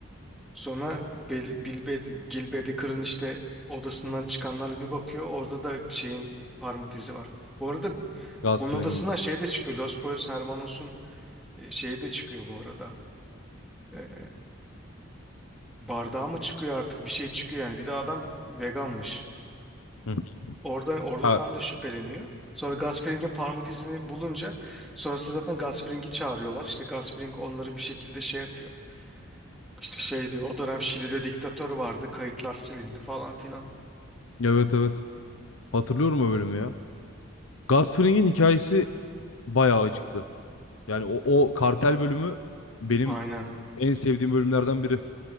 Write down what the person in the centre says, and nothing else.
Sonra Bel- Bilbe, Gil Bedick'in işte odasından çıkanlarla bir bakıyor. Orada da şeyin parmak izi var. Bu arada
onun
odasına şey de çıkıyor. Los Boys Hermanos'un e, şeyi de çıkıyor bu arada. E, bardağı mı çıkıyor artık bir şey çıkıyor yani. Bir de adam veganmış.
Orada, oradan
da şüpheleniyor. Sonra Gasfring'in parmak izini bulunca sonrası zaten Gasfring'i çağırıyorlar. İşte Gasfring onları bir şekilde şey yapıyor. İşte şey diyor o dönem Şili'de diktatör vardı kayıtlar silindi falan filan.
Aynen.